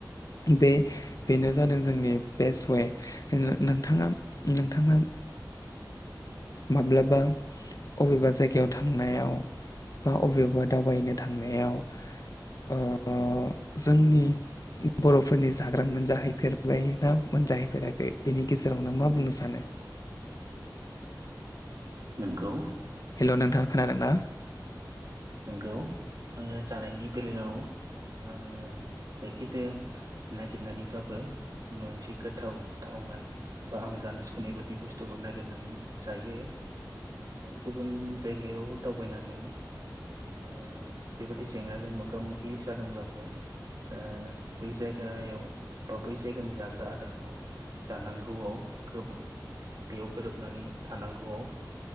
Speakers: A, on the left; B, on the right.
A: बे बेनो जादों जोंनि बेस्ट वे नोंथाङा नोंथाङा माब्लाबा अबेबा जायगायाव थांनायाव बा अबेबा दावबायनो थांनायाव ओ जोंनि बर'फोरनि जाग्रा मोनजाहैफेरबाय ना मोनजाहैफेराखै बिनि गेजेरावनो मा बुंनो सानो?
B: नोंगौ
A: हेलौ नोंथाङा खोनादों ना?
B: नंगौ आङो जानायनि बेलायाव आङो जायखिजाया नागिरनानैब्लाबो मोनसे गोथाव थावनाय बा आं जानो सुखुनाय बायदि बुस्थुखौ नागिरनानै जायो। गुबुन जायगायाव दावबायनानै ओ बेबायदि जेंनाजों मोगा मोगि जादोंब्लाबो ओ बै जायगायाव बा बै जायगानि जाग्रा आदारखौ जानांगौआव बेयाव गोरोबनानै थानांगौआव